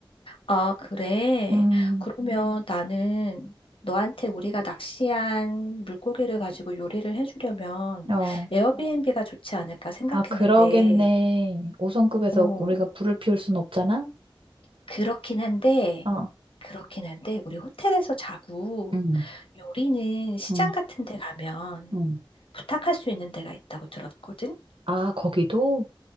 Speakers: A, on the left; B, on the right.
A: 아, 그래.
B: 음.
A: 그러면 나는 너한테 우리가 낚시한 물고기를 가지고 요리를 해주려면
B: 어.
A: 에어비앤비가 좋지 않을까 생각했는데,
B: 아, 그러겠네. 5성급에서
A: 어,
B: 우리가 불을 피울 순 없잖아?
A: 그렇긴 한데,
B: 어.
A: 그렇긴 한데, 우리 호텔에서 자고
B: 응,
A: 요리는 시장
B: 응,
A: 같은 데 가면
B: 응.
A: 부탁할 수 있는 데가 있다고 들었거든?
B: 아, 거기도?